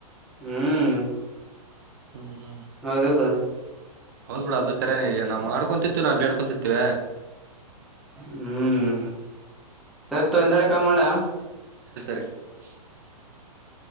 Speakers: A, in the centre; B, on the right.
A: ಹ್ಮ್
B: ಹ್ಮ ಹ್ಮ
A: ಹೌದಿಲ್ಲ
B: ಹೌದ್ ಬೇಡು ಅದ ಕರೇನೇ ಈಗ ನಾ್ ಮಾಡ್ಕೊಂತಿರ್ವಿ ನಾವು ಬೇಡ್ಕೊಂತಿರ್ತಿೇವೆ
A: ಹ್ಮ್ ಸರಿ ತೊಗೊ ಇಂದಡೆ ಕಾಲ್ ಮಾಡಲಾ
B: <inaudible>